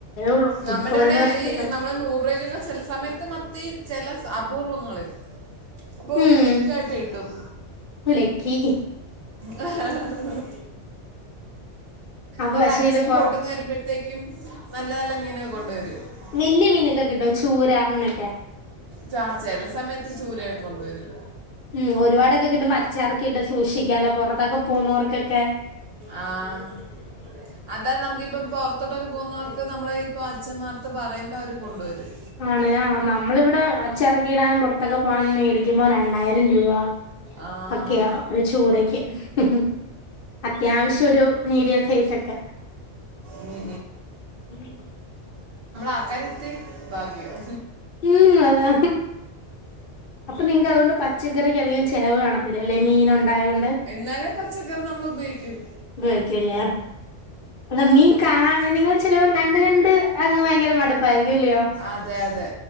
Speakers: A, on the left; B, on the right.
A: ഉള്ളൂ നമുക്ക്
B: നമ്മൻ്റെവടെ
A: ഒരു ദിവസത്തേക്ക്
B: ഈ നമ്മള് നൂറ രൂപക്കൊക്കെ ചെല സമയത്ത് മത്തി ചെല അപൂർവങ്ങളിൽ അപ്പൊ ഒരു
A: ഉം
B: കിറ്റായിട്ട് കിട്ടും
A: വിലക്കി
B: ഹഹഹഹ
A: അപ്പൊ
B: അതല്ല
A: പക്ഷെ
B: അച്ഛൻ
A: ഇത് പൊ
B: ബോട്ടിന്ന്വരുമ്പോത്തേക്കും നല്ല നല്ല മീനൊക്കെ കൊണ്ട് വരും. കൊണ്ടുവരും <inaudible>
A: വെല്യ മീനൊക്കെ കിട്ടോ ചൂര അങ്ങനൊക്കെ
B: ച ചെല സമയത്ത് ചൂരയൊക്കെ കൊണ്ടുവരും
A: ഉം ഒരുപാടൊക്കെ കിട്ടുമ്പോ അച്ചാറൊക്കെ ഇട്ട് സൂക്ഷിക്കാലൊ പൊറത്തൊക്കെ പോകുന്നോർക്കൊക്കെ
B: ആഹ് അതാ നമ്മക്കിപ്പം പൊറത്തോട്ടൊക്കെ പോകുന്നവർക്ക് നമ്മള് ഈ - ഇപ്പോ അച്ഛന്മാർത്ത് പറയുമ്പോ അവര് കൊണ്ട് വരും
A: ആ ഞാ നമ്മളിവിടെ അച്ചറക്കയിടാൻ പുറത്തൊക്കെ പോ അ
B: ആഹ്
A: ഒക്കെയാ ഒരു ചൂടെക്ക് ഹും ഹും അത്യാവശ്യ ഒരു മീഡിയൽ സൈസൊക്കെ
B: ഉം
A: ഉം
B: ആക്കാര്യത്തി ഭാഗ്യം
A: ഉം അതാ അപ്പ നി അതുകൊണ്ട് പച്ചക്കറിക്കധികം ചിലവ് കാണത്തില്ലല്ലെ മീനൊ ണ്ടായോണ്ട്
B: എന്നാലും പച്ചക്കറി നമ്മൾ ഉപയോഗിക്കും
A: <unintelligible> അല്ല മീൻ കാ നിങ്ങൾ ചിലപ്പോ കണ്ട് കണ്ട് അങ്ങ് ഭയങ്കര മടുപ്പായിരിക്കും ഇല്ലയോ
B: അതെ അതെ